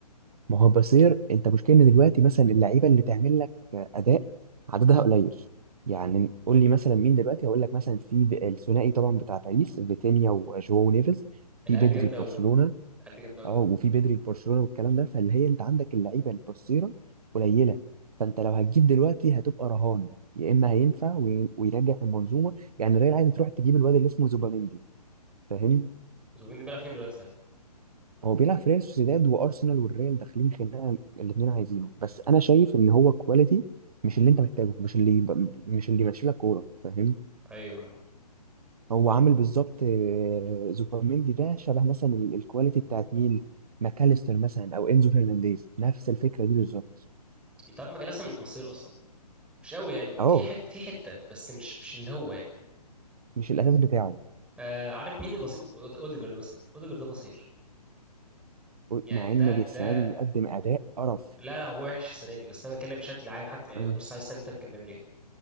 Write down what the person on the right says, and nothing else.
ما هو بصير انت مشكلة ان دلوقتي مثلا اللعيبة اللي تعمل لك اداء عددها قليل يعني قول لي مثلا مين دلوقتي هقول لك مثلا في ب- الثنائي طبعا بتاع باريس فيتينيا وجواو نيفيز
في بدري
في
برشلونة
اه وفي بدري في برشلونة والكلام ده فاللي هي انت عندك اللعيبة البصيرة قليلة فانت لو هتجيب دلوقتي هتبقى رهان يا اما هينفع وي- وينجح المنظومة يعني الريال عايز تروح تجيب الواد اللي اسمه زوباميندي فاهم
هو بيلعب في ريال سوسيداد وارسنال والريال داخلين خناقه الاثنين عايزينه بس انا شايف ان هو كواليتي مش اللي انت محتاجه مش اللي يبقى- مش اللي يمشي لك كوره فاهم
هو عامل بالظبط آه، زوبيميندي ده شبه مثلا ال- الكواليتي بتاعت مين ماكاليستر مثلا او انزو فرنانديز نفس الفكره دي بالظبط
اه
مش الاساس بتاعه
مع ان
السنه
دي بيقدم اداء قرف
آه.